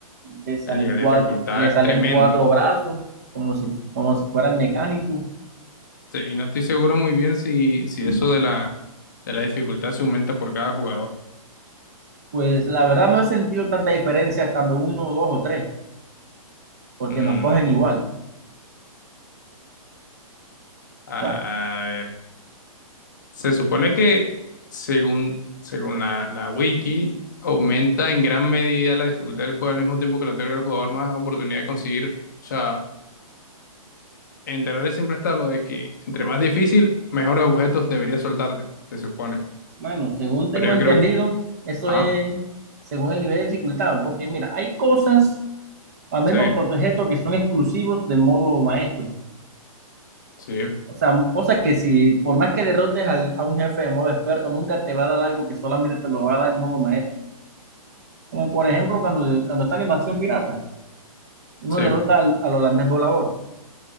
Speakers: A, on the right; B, on the left.
A: Le salen
B: el nivel
A: cuatro,
B: de dificultad
A: le
B: es
A: salen
B: tremendo.
A: cuatro brazos, como si, como si fuera el mecánico.
B: Sí, y no estoy seguro muy bien si, si eso de la, de la dificultad se aumenta por cada jugador.
A: Pues la verdad no he sentido tanta diferencia estando uno, dos o tres, porque
B: Mm,
A: nos cogen igual. O
B: a
A: sea,
B: ver. Se supone que, según, según la, la wiki, aumenta en gran medida la dificultad del juego al mismo tiempo que le otorga al jugador más oportunidad de conseguir. O sea, en Terraria siempre está lo de que entre más difícil, mejores objetos deberías soltarte, se supone.
A: bueno, según tengo
B: Pero yo
A: entendido,
B: creo que...
A: eso
B: Ajá,
A: es según el nivel de dificultad, porque mira, hay cosas, al menos
B: sí,
A: los objetos que son exclusivos de modo maestro.
B: sí,
A: O sea, cosas que si, por más que derrotes al- a un jefe de modo experto, nunca te va a dar algo que solamente te lo va a dar en modo maestro. Como por ejemplo cuando, cuando está la invasión pirata, uno
B: sí,
A: derrota al, al holandés volador.